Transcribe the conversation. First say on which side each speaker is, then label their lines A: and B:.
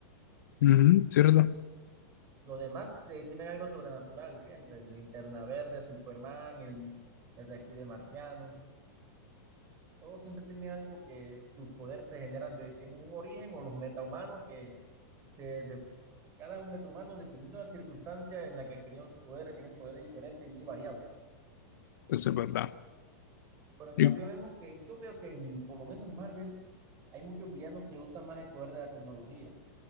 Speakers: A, on the left; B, on the right.
A: ujú, ¿cierto?
B: Los demás eh, tienen algo sobrenatural siempre. Linterna Verde, Superman, el detective marciano. Todo siempre tiene algo que sus poderes se generan, de, tienen un origen o los metahumanos que de, de- cada un metahumano, dependiendo de la circunstancia en la que adquirieron sus poderes, tienen poderes diferentes y muy variados.
A: Eso es verdad.
B: Pero en
A: Y-
B: cambio vemos que yo veo que en, por lo menos en Marvel hay muchos villanos que usan más el poder de la tecnología.